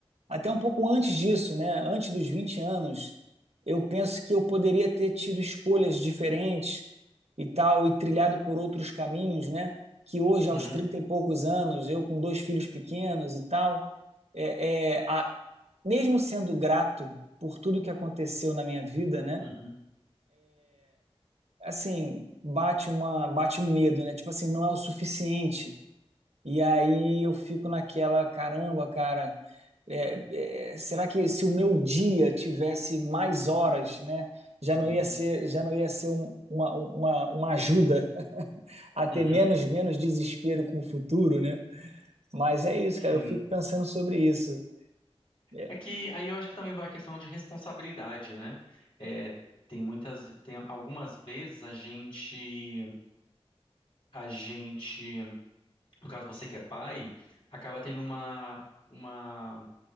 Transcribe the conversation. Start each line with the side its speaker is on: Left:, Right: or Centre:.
Right: até um pouco antes disso, né? Antes dos 20 anos, eu penso que eu poderia ter tido escolhas diferentes e tal, e trilhado por outros caminhos, né? Que hoje, aos
Left: uhum,
Right: 30 e poucos anos, eu com dois filhos pequenos e tal, é, é, a- mesmo sendo grato por tudo que aconteceu na minha vida, né?
Left: uhum.
Right: Assim, bate uma, bate um medo, né? Tipo assim, não é o suficiente. E aí eu fico naquela, caramba, cara, é, é, será que se o meu dia tivesse mais horas, né, já não
Left: Uhum,
Right: ia ser, já não ia ser um- uma, uma, uma ajuda <laughs> a ter
Left: uhum,
Right: menos, menos desespero com o futuro, né? Mas é isso, cara,
Left: sim.
Right: eu fico pensando sobre isso. É,
Left: É que aí eu acho que também vai a questão de responsabilidade, né? É, tem muitas, tem algumas vezes a gente, a gente, no caso você que é pai, acaba tendo uma, uma